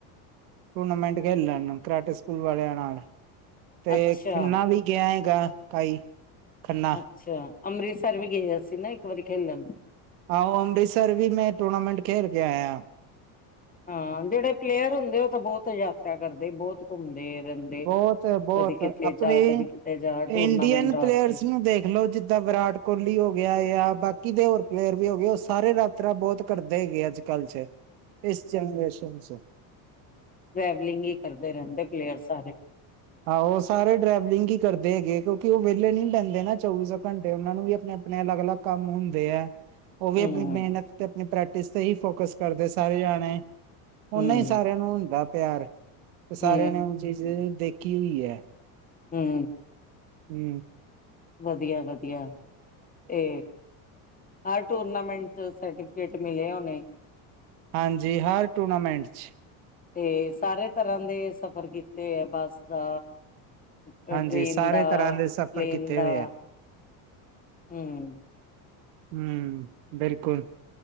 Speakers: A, on the right; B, on the left.
A: ਟੂਰਨਾਮੈਂਟ ਖੇਲਣ ਕਰਾਟੇ ਸਕੂਲ ਵਾਲਿਆਂ ਨਾਲ। ਤੇ
B: ਅੱਛਾ
A: ਕਿੰਨਾ ਵੀ ਗਿਆ ਹੈਗਾ ਕਾਈ ਖੰਨਾ
B: ਅੱਛਾ ਅੰਮ੍ਰਿਤਸਰ ਵੀ ਗਏ ਸੀਂ ਨਾ ਇੱਕ ਵਾਰੀ ਖੇਲਣ
A: ਆਹੋ ਅੰਮ੍ਰਿਤਸਰ ਵੀ ਮੈਂ ਟੂਰਨਾਮੈਂਟ ਖੇਡ ਕੇ ਆਇਆ।
B: ਹਾਂ ਜੇੜੇ ਪਲੇਅਰ ਹੁੰਦੇ ਓ ਤਾਂ ਬਹੁਤ ਯਾਤਰਾ ਕਰਦੇ ਬੋਤ ਘੁੰਮਦੇ ਰਹਿੰਦੇ
A: ਬੋਤ-ਬੋਤ
B: ਕਦੀ ਕਿਤੇ
A: ਆਪਨੇ
B: ਜਾ ਕਦੀ ਕਿਤੇ ਜਾ ਟੂਰਨਾਮੈਂਟ
A: ਇੰਡੀਅਨ
B: ਵਾਸਤੇ
A: ਪਲੇਅਰਸ ਨੂੰ ਦੇਖਲੋ ਜਿੱਦਾਂ ਵਿਰਾਟ ਕੋਹਲੀ ਹੋ ਗਿਆ ਜਾਂ ਬਾ ਕੀ ਦੇ ਹੋਰ ਪਲੇਅਰ ਵੀ ਹੋ ਗਏ ਓ ਸਾਰੇ ਯਤਰਾ ਬੋਤ ਕਰਦੇ ਹੈਗੇ ਅੱਜ- ਕੱਲ ਚ ਇਸ ਜ਼ਨਰੇਸ਼ਨ ਚ
B: ਟਰੈਵਲਿੰਗ ਈ ਕਰਦੇ ਰਹਿੰਦੇ ਪਲੇਅਰਸ।
A: ਆਹੋ ਸਾਰੇ ਡਰੈਵਲਿੰਗ ਈ ਕਰਦੇ ਹੈਗੇ ਕਿਉਂ ਕਿ ਓ ਵਿਹਲੇ ਨੀ ਬਹਿੰਦੇ ਨਾ ਚੌਵੀ ਸੌ ਘੰਟੇ ਉਹਨਾਂ ਨੂੰ ਵੀ ਆਪਣੇ -ਆਪਣੇ ਅਲੱਗ-ਅਲੱਗ ਕੰਮ ਹੁੰਦੇ ਐ। ਓ ਵੀ
B: ਹੂੰ
A: ਆਪਣੀ ਮਿਹਨਤ ਤੇ ਆਪਣੀ ਪ੍ਰੈਕਟਿਸ ਤੇ ਹੀ ਫੋਕਸ ਕਰਦੇ ਸਾਰੇ ਜਾਣੇ।
B: ਹੂੰ
A: ਓਨਾ ਹੀ ਸਾਰਿਆਂ ਨੂੰ ਹੁੰਦਾ ਪਿਆਰ। ਤੇ ਸਾਰਿਆਂ
B: ਹੂੰ,
A: ਨੇ ਉਹ ਚੀਜ਼ ਦੇਖੀ ਹੋਈ ਐ।
B: ਹੂੰ,
A: ਹੂੰ,
B: ਵਧੀਆ- ਵਧੀਆ ਤੇ ਹਰ ਟੂਰਨਾਮੈਂਟ ਚ ਸਰਟੀਫਿਕੇਟ ਮਿਲੇ ਹੋਣੇ।
A: ਹਾਂਜੀ ਹਰ ਟੂਰਨਾਮੈਂਟ ਚ।
B: ਤੇ ਸਾਰੇ ਤਰ੍ਹਾਂ ਦੇ ਸਫ਼ਰ ਕੀਤੇ ਹੈ ਬੱਸ ਦਾ ਟ੍ਰੇਨ
A: ਹਾਂਜੀ ਸਾਰੇ
B: ਦਾ,
A: ਤਰ੍ਹਾਂ ਦੇ ਸਫ਼ਰ
B: ਪਲੇਨ
A: ਕੀਤੇ
B: ਦਾ।
A: ਹੋਏ ਆ
B: ਹੂੰ।
A: ਹੂੰ, ਬਿਲਕੁਲ।